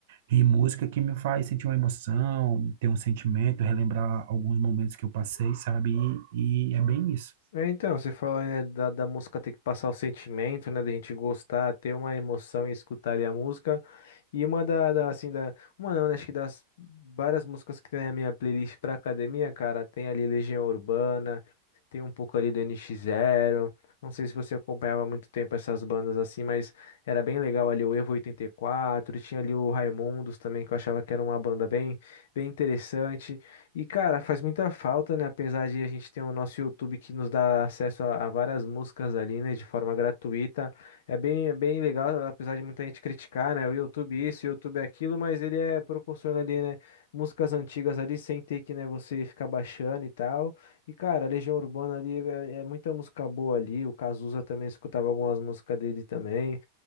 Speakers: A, on the right; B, on the left.
A: e música que me faz sentir uma emoção, ter um sentimento, relembrar alguns momentos que eu passei, sabe? E, e é bem isso.
B: É, então, você falou, né, da, da música ter que passar o sentimento, né, da gente gostar, ter uma emoção e escutar ali a música. E uma da, da, assim, da, uma não, né, acho que das várias músicas que tem na minha playlist pra academia, cara, tem ali Legião Urbana, tem um pouco ali do NX Zero. Não sei se você acompanhava há muito tempo essas bandas assim, mas era bem legal ali o Evo 84, tinha ali o Raimundos também, que eu achava que era uma banda bem, bem interessante. E, cara, faz muita falta, né? Apesar de a gente ter o nosso YouTube que nos dá acesso a, a várias músicas ali, né? De forma gratuita. É bem, é bem legal, apesar de muita gente criticar, né? O YouTube isso, o YouTube aquilo, mas ele é proporciona ali, né? Músicas antigas ali, sem ter que, né, você ficar baixando e tal. E, cara, a Legião Urbana ali é, é muita música boa ali. O Cazuza também escutava algumas músicas dele também.